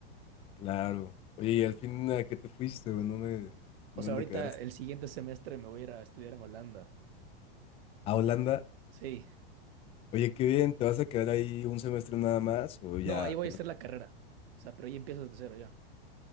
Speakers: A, on the left (about 20°); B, on the right (about 65°).
A: Claro. Oye, ¿y al fin a qué te fuiste? ¿O ¿En dónde, en
B: O
A: dónde
B: sea, ahorita
A: quedaste?
B: el siguiente semestre me voy a ir a estudiar en Holanda.
A: ¿A Holanda?
B: Sí.
A: Oye, qué bien, ¿te vas a quedar ahí un semestre nada más o ya?
B: No, ahí voy a hacer la carrera. O sea, pero ahí empiezo desde cero ya.